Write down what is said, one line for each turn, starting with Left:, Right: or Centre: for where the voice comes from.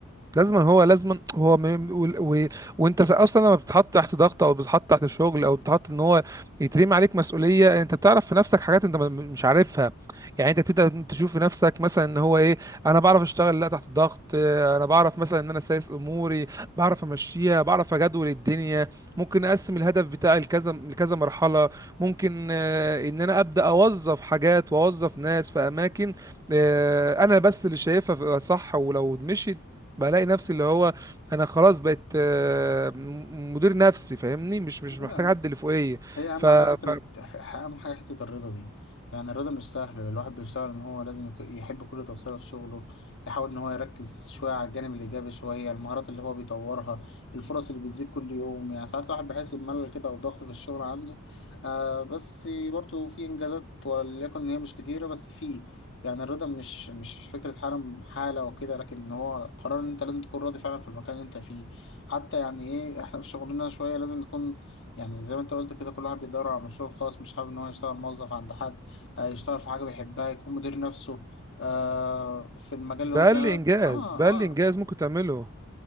Right: لازما هو لازما هو م... م- و... و... وانت س- اصلا لما بتتحط تحت ضغط او بتتحط تحت الشغل او بتتحط ان هو يترمي عليك مسؤوليه انت بتعرف في نفسك حاجات انت م- مش عارفها يعني انت بتبدا تشوف في نفسك مثلا ان هو ايه انا بعرف اشتغل لا تحت ضغط اه، انا بعرف مثلا ان انا سايس اموري بعرف امشيها بعرف اجدول الدنيا ممكن اقسم الهدف بتاعي لكذا لكذا مرحله ممكن اه، ان انا ابدا اوظف حاجات واوظف ناس في اماكن اه، انا بس اللي شايفها صح ولو مشيت بلاقي نفسي اللي هو انا خلاص بقيت آه، م- مدير نفسي فاهمني مش مش
Left: مم.
Right: محتاج حد اللي فوقيه
Left: هي
Right: ف
Left: أهم
Right: ف-
Left: حاجة فكرة ح- أهم حاجة حتة الرضا دي يعني الرضا مش سهل الواحد بيشتغل إن هو لازم يك- يحب كل تفصيلة في شغله يحاول إن هو يركز شوية على الجانب الإيجابي شوية المهارات اللي هو بيطورها الفرص اللي بتزيد كل يوم يعني ساعات الواحد بيحس بملل كده أو ضغط في الشغل عنده آه بس برضه في إنجازات وليكن إن هي مش كتيرة بس في يعني الرضا مش مش فكرة حالة حالة وكده لكن هو قرار إن أنت لازم تكون راضي فعلا في المكان اللي أنت فيه حتى يعني إيه إحنا في شغلنا شوية لازم نكون يعني زي ما انت قلت كده كل واحد بيدور على مشروع خاص مش حابب ان هو يشتغل موظف عند حد آه، يشتغل في حاجة بيحبها يكون مدير نفسه آه في المجال
Right: بقى
Left: اللي هو فيه يعني
Right: لي انجاز
Left: أنا- اه
Right: بقى لي انجاز
Left: اه
Right: ممكن تعمله